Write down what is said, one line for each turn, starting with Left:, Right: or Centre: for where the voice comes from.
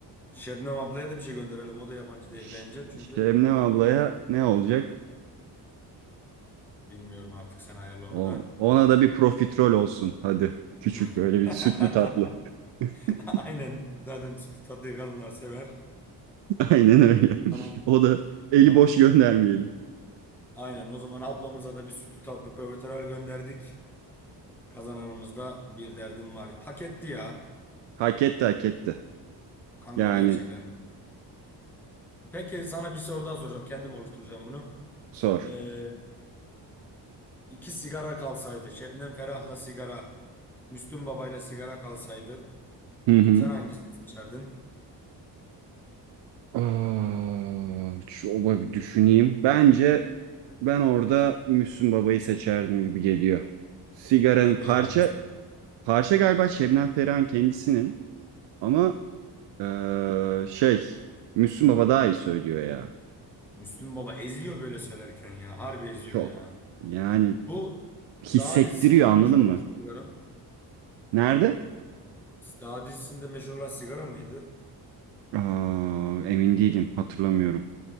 Centre: Şebnem ablaya da bir şey gönderelim. O da yabancı değil
Right: Ş-
Centre: bence. Çünkü
Right: Şebnem ablaya ne olacak?
Centre: bilmiyorum artık sen ayarla onu
Right: O,
Centre: da.
Right: ona da bir profiterol olsun hadi. Küçük
Centre: <laughs>
Right: böyle bir sütlü tatlı. <laughs>
Centre: Aynen. Zaten sütlü tatlıyı kadınlar sever.
Right: Aynen öyle.
Centre: Tamam.
Right: O da eli
Centre: Tamam.
Right: boş göndermeyelim.
Centre: Aynen. O zaman ablamıza da bir sütlü tatlı profiterol gönderdik. Kazananımız da bir derdim var. Hak etti ya.
Right: Hak etti hak etti.
Centre: Kanka
Right: Yani
Centre: gerçekten. Peki sana bir soru daha soracağım. Kendim oluşturacağım bunu.
Right: sor.
Centre: Ee, e, İki sigara kalsaydı. Şebnem Ferah'la sigara. Müslüm Baba'yla sigara kalsaydı.
Right: Hı hı.
Centre: Sen hangisini seçerdin?
Right: Aa, şu- oba bir düşüneyim. Bence ben orada Müslüm Baba'yı seçerdim gibi geliyor. Sigaranın
Centre: Değil mi
Right: parça
Centre: ya? Müs-
Right: parça galiba Şebnem Ferah'ın kendisinin ama eee, şey Müslüm Baba daha iyi söylüyor ya.
Centre: Müslüm Baba eziyor böyle söylerken ya. Harbi eziyor
Right: Çok.
Centre: ya.
Right: Yani
Centre: Bu
Right: hissettiriyor
Centre: Dağ dizisinden mi
Right: anladın
Centre: meşhur olmuştu
Right: mı?
Centre: sigara?
Right: Nerede?
Centre: Dağ dizisinde meşhur olan sigara mıydı?
Right: Aa, emin değilim hatırlamıyorum.